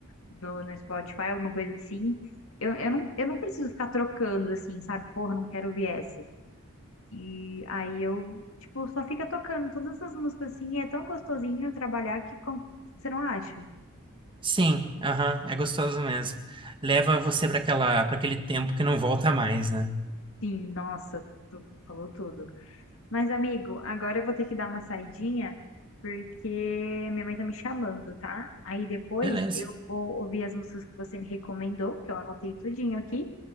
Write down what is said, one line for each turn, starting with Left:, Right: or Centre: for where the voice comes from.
Left: do, no Spotify, alguma coisa assim, eu, eu não, eu não preciso ficar trocando, assim, sabe? Porra, não quero ouvir essa. E aí eu, tipo, só fica tocando todas as músicas assim. E é tão gostosinho trabalhar que com- você não acha?
Right: Sim, aham. É gostoso mesmo. Leva você para aquela, para aquele tempo que não volta mais, né?
Left: Sim, nossa, tudo, falou tudo. Mas, amigo, agora eu vou ter que dar uma saidinha, porque minha mãe tá me chamando, tá? Aí depois
Right: Beleza.
Left: eu vou ouvir as músicas que você me recomendou, que eu anotei tudinho aqui,